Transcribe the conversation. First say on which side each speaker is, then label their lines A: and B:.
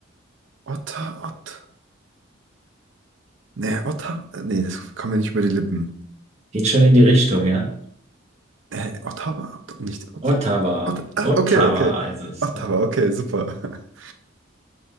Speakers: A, on the right; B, on the right.
A: Otter, Ott. Nee, Otter. äh, Nee, das kam mir nicht über die Lippen.
B: geht schon in die Richtung, ja.
A: Äh, Ottawa? Ot nicht Ottawa.
B: Ottawa.
A: Ot ah,
B: Ottawa
A: okay, okay.
B: ist es,
A: Ottawa,
B: ja.
A: okay, super. <laughs>